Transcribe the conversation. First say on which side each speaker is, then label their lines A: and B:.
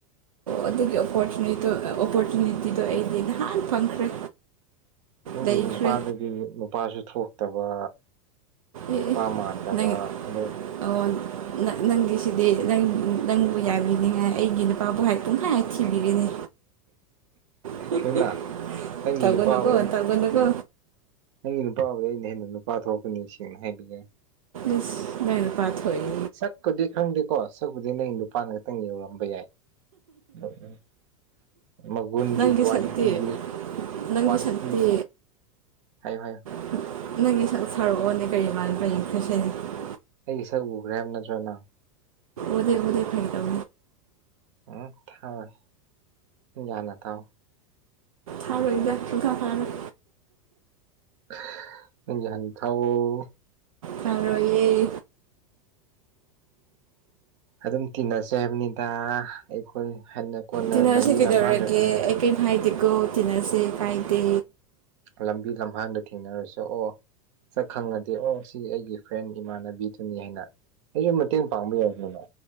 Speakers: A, on the right (about 75°); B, on the right (about 55°).
A: ꯑꯗꯨꯒꯤ ꯑꯣꯄꯣꯔꯆꯨꯅꯤꯗꯣ ꯑꯣꯄꯣꯔꯆꯨꯅꯤꯇꯤꯗꯣ ꯑꯩꯗꯤ ꯅꯍꯥꯟ ꯐꯪꯈ꯭ꯔꯦ
B: ꯅꯪꯒꯤ
A: ꯂꯩꯈ꯭ꯔꯦ
B: ꯅꯨꯄꯥꯗꯨꯗꯤ ꯅꯨ-ꯅꯨꯄꯥꯁꯨ ꯊꯣꯛꯇꯕ
A: ꯑꯦ
B: ꯅꯨꯄꯥ
A: ꯑꯦ
B: ꯃꯟꯗꯕ
A: ꯅꯪ
B: ꯑꯗꯨ
A: ꯑꯣ ꯅ-ꯅꯪꯒꯤꯁꯤꯗꯤ ꯅꯪ ꯅꯪꯕꯨ ꯌꯥꯕꯤꯅꯤꯡꯉꯥꯏ ꯑꯩꯒꯤ ꯄꯥꯕꯨꯍꯥꯏ ꯄꯨꯡꯍꯥꯏ ꯊꯤꯕꯤꯒꯅꯤ <unintelligible>
B: ꯍꯣꯏꯅ ꯅꯪꯒꯤ
A: ꯇꯧꯒꯅꯨꯀꯣ
B: ꯅꯨꯄꯥꯕꯨ
A: ꯇꯧꯒꯅꯨꯀꯣ
B: ꯅꯪꯒꯤ ꯅꯨꯄꯥꯕꯨꯗ ꯑꯩꯅ ꯍꯦꯟꯅ ꯅꯨꯄꯥ ꯊꯣꯛꯀꯅꯤ ꯁꯦꯡꯅ ꯍꯥꯏꯕꯤꯒꯦ
A: ꯏꯁ ꯅꯪ ꯅꯨꯄꯥ ꯊꯣꯛꯏ
B: ꯁꯛꯄꯨꯗꯤ ꯈꯪꯗꯦꯀꯣ ꯁꯛꯄꯨꯗꯤ ꯅꯪ ꯅꯨꯄꯥꯅ ꯈꯇꯪ ꯌꯧꯔꯝꯕ ꯌꯥꯏ ꯎꯝ ꯎꯝ ꯃꯒꯨꯟꯗꯤ
A: ꯅꯪꯒꯤ
B: ꯀ꯭ꯋꯥꯂꯤꯇꯤꯒꯤ
A: ꯁꯛꯇꯤ ꯅꯪꯒꯤ
B: ꯀ꯭ꯋꯥꯂꯤꯇꯤꯅꯤ
A: ꯁꯛꯇꯤ
B: ꯍꯥꯏꯌꯣ ꯍꯥꯏꯌꯣ
A: <unintelligible>
B: ꯑꯩꯒꯤ ꯁꯛ ꯎꯒ꯭ꯔꯦ ꯍꯥꯏꯝ ꯅꯠꯇ꯭ꯔ ꯅꯪ
A: ꯎꯗꯦ ꯎꯗꯦ ꯐꯥꯒꯤ ꯇꯧ
B: ꯎꯝ ꯊꯥꯔꯣꯏ ꯅꯪꯒꯤ ꯍꯥꯟꯅ ꯊꯥꯎ
A: ꯐꯥꯔꯣꯏꯗ ꯁꯨꯡꯐꯥ ꯐꯥꯔꯣꯏ
B: <unintelligible> ꯅꯪꯒꯤ ꯍꯥꯟ ꯊꯥꯎꯑꯣ
A: ꯃꯔꯣꯏ ꯑꯦ
B: ꯑꯗꯨꯝ ꯇꯤꯟꯅꯁꯦ ꯍꯥꯏꯕꯅꯤꯗ ꯑꯩꯈꯣꯏ ꯍꯟꯅ ꯀꯣꯟꯅ
A: ꯇꯤꯟꯅꯁꯦ
B: ꯂꯝꯕꯤ
A: ꯀꯩꯗꯧꯔꯒꯦ
B: ꯂꯝꯍꯥꯡꯗ ꯊꯨꯡꯅ
A: ꯑꯩ ꯀꯦꯝ ꯍꯥꯏꯗꯦꯀꯣ ꯇꯤꯟꯅꯁꯦ ꯀꯥꯏꯗꯦ
B: ꯂꯝꯕꯤ ꯂꯝꯍꯥꯡꯗ ꯊꯦꯡꯅꯔꯁꯨ ꯑꯣ ꯁꯛ ꯈꯪꯉꯗꯤ ꯑꯣ ꯁꯤ ꯑꯩꯒꯤ ꯐ꯭ꯔꯦꯟ ꯏꯃꯥꯟꯅꯕꯤꯗꯨꯅꯤ ꯍꯥꯏꯅ ꯑꯩꯖꯨ ꯃꯇꯦꯡ ꯄꯥꯡꯕ ꯌꯥꯏ ꯀꯩꯅꯣ